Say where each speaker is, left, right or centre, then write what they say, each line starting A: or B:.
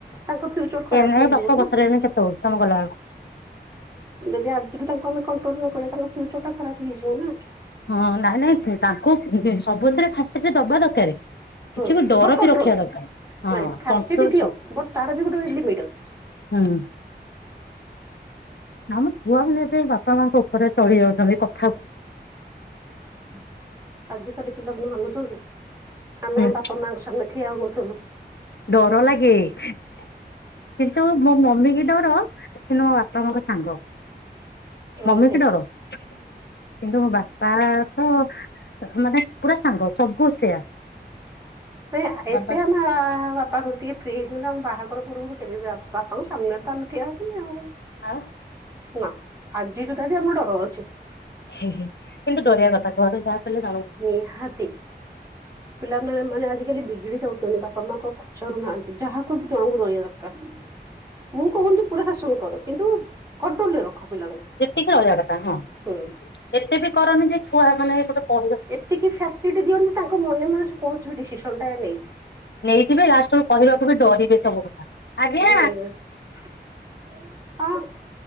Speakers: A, on the right (about 20°); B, on the left (about 75°).
A: ତାଙ୍କ ଫ୍ୟୁଚର
B: <unintelligible>
A: ଖରାପ ହେଇଯିବ ନା।
B: ତମେ ଗଲାବେଳକୁ।
A: ଯଦି ଆଜିଠୁ ତାଙ୍କୁ ଆମେ କଣ୍ଟ୍ରୋଲ ନ କରିବା ତାଙ୍କର ଫ୍ୟୁଚର ଟା ଖରାପ ହେଇଯିବ ନା।
B: ହଁ ନାଇଁ ନାଇଁ ତାଙ୍କୁ ସବୁଥିରେ ଫାସିଲିଟ ଦବା ଦରକାର।
A: ହୁଁ
B: କିଛି ବି ଡର
A: ବଟ୍ କଣ୍ଟ୍ରୋଲ
B: ବି ରଖିବା ଦରକାର। ହଁ
A: ନାଇଁ ଫାସିଲିଟି
B: କଣ୍ଟ୍ରୋଲ
A: ଦିଅ
B: ସବୁ
A: ବଟ୍ ତାର ବି ଗୋଟେ
B: ହୁଁ।
A: ଲିମିଟ୍ ଅଛି।
B: ନା ମ ଛୁଆ ମାନେ ଏବେ ବାପା ମାଙ୍କ ଉପରେ ଚଢି ଯାଉଛନ୍ତି। କ
A: <inaudible> ଆଜିକାଲି ପିଲାମାନେ କିଏ ମାନୁଛନ୍ତି। ଆମେ
B: ହୁଁ
A: ଆମ ବାପା ମାଆଙ୍କ ସାମ୍ନା ରେ ଠିଆ ହୋଉନଥିଲୁ।
B: ଡର ଲାଗେ। କିନ୍ତୁ ମୋ ମମି କି ଡର। କିନ୍ତୁ ମୋ ବାପା ମୋର ସାଙ୍ଗ।
A: ହଁ
B: ମମି
A: ନାଇଁ
B: କି ଡର। କିନ୍ତୁ ମୁଁ ବା ପ୍ରାୟ ତ ମାନେ ପୁରା ସାଙ୍ଗ। ସବୁ ସେୟାର
A: ନାଇଁ ଏବେ
B: ବାପା
A: ଆମେ ବାପା ଟିକେ ଫ୍ରି ହେଇଥିଲା ମୁଁ ବାହାଘର ପୂର୍ବରୁ କେବେ ବାପାଙ୍କ ସାମ୍ନା ରେ ତ ଆମେ ଠିଆ ହବୁନି ଆଉ।
B: ଆଉ
A: ନା ଆଜିି ସୁଦ୍ଧା ବି ଆମର ଡର ଅଛି।
B: ହେ ହେ। କିନ୍ତୁ
A: ହୁଁ
B: ଡରିବା କଥା ଘରେ ଯାହା କୁ ହେଲେ
A: ନିହାତି। ପିଲାମାନେ ମାନେ ଆଜିକାଲି ବି ବିିଗିଡ଼ି ଯାଉଛନ୍ତି ବାପା ମାଆଙ୍କ ପଚାରୁ ନାହାନ୍ତି। ଯାହାକୁ ହେଲେ ତ ଜଣକୁ ଡରିବା <unintelligible> ମୁଁ କହୁନି ପୁରା ଶାସନ କର, କିନ୍ତୁ କଣ୍ଟ୍ରୋଲ ରେ ରଖ। ପିଲାଙ୍କୁ
B: ଯେତିକି ରହିବା କଥା ହଁ।
A: ହୁଁ।
B: ଏତେ ବି କରନି ଯେ ଛୁଆ ମାନେ ଗୋଟେ କହିବା
A: ଏତିକି ଫ୍ୟାସିଲିଟି ଦିଅନି ଯେ ତାଙ୍କ ମନେ ମନେ କୌଣସି ବି ଡିସିସନ ଟା ନେଇଯି
B: ନେଇଯିବେ ଲାଷ୍ଟ ବେଳ କୁ କହିବାକୁ ବି ଡରିବେ ସବୁ କଥା। ଆଜ୍ଞା
A: <unintelligible> ହଁ।